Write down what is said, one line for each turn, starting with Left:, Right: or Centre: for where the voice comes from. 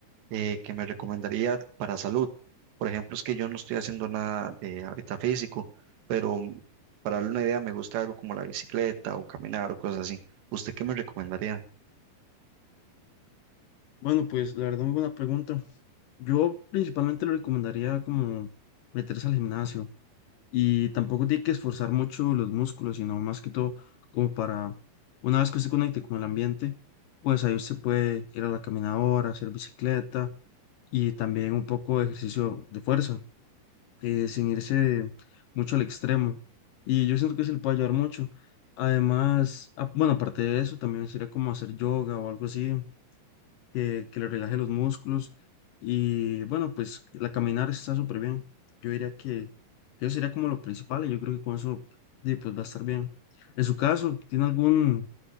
Right: eh, que me recomendaría para salud. Por ejemplo, es que yo no estoy haciendo nada eh, ahorita físico, pero mm, para darle una idea, me gusta algo como la bicicleta o caminar o cosas así. ¿Usted qué me recomendaría?
Left: Bueno, pues la verdad, muy buena pregunta. Yo principalmente le recomendaría como meterse al gimnasio y tampoco tiene que esforzar mucho los músculos, sino más que todo como para, una vez que usted conecte con el ambiente, pues ahí usted puede ir a la caminadora, hacer bicicleta y también un poco de ejercicio de fuerza. eh, sin irse mucho al extremo. Y yo siento que se le puede ayudar mucho. Además, ah, bueno, aparte de eso, también sería como hacer yoga o algo así, que, que le relaje los músculos. Y bueno, pues la caminar está súper bien. Yo diría que eso sería como lo principal y yo creo que con eso sí, pues va a estar bien. En su caso, ¿tiene algún